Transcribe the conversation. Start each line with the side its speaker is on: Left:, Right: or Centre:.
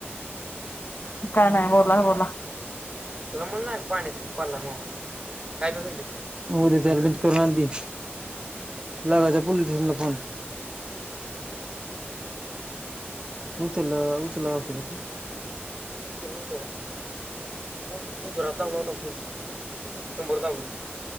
Left: काय नाही बोला. बोला.
Right: तुला म्हणलं नाय पाण्यात पडलाय मोबाईल. काय बघायले? मोबाईल जाऊन नीटकरून आण ती लागायच हाय पोलीस स्टेशनला फोन. उचला उचलाव लागतोय का फोन? म त्यानं केलं नव्हत काय. हुं गुजरातला लावला होता फोन पोलिस स्टेशनला शंभर दाबलोय.